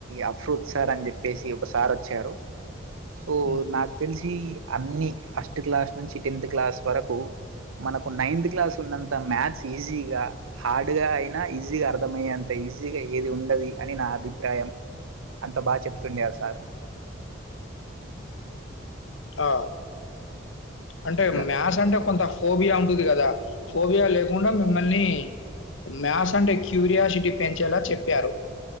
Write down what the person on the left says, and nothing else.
ఉమ్,
ఆ అంటే
మ్యాస్ అంటే కొంత ఫోబియా ఉంటుంది కదా ఫోబియా లేకుండా మిమ్మల్ని మ్యాస్ అంటే క్యూరియాసిటీ పెంచేలా చెప్పారు